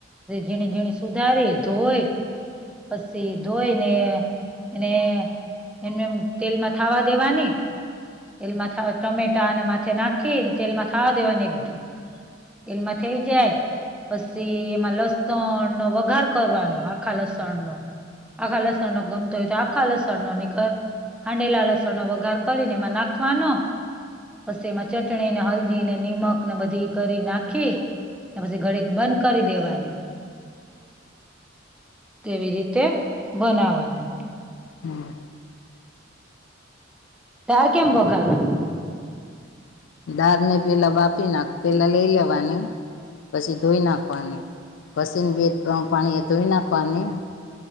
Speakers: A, in the centre; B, on the left.
A: જેણે જેણે સુધારે ધોય. પછી ધોઈ ને એને એમને એમ તેલ માં થાવા દેવાની. તેલમાં થાવા ટમેટા અને માથે નાખીને તેલમાં થાવા દેવાને એકદો. એલમાં થઇ જાય. પછી એમાં લસણનો વઘાર કરવાનો આખા લસણ નો. આ ખાાલસણ નો ગમતો તો આ ખાલસર નો ર ખાંડેલા લસણનો વઘાર કરીને એમાં નાખવાનો. પછી એમાં ચટણી ને હલ્દી ને નિમક ને બધી કરી નાખી. પછી ઘરે બંધ કરી દેવાયને.
B: હ <inaudible>
A: કેવી રીતે બનાવાનું.
B: હમ.
A: તાર કેમ વઘારવાનું?
B: દાળ નહી પેલા બાફી નાખ પેલા લઈ લેવાની. પછી ધોઈ નાખવાની, પસીને બે ત્રણ પાણી એ ધોઈ નાખવાની.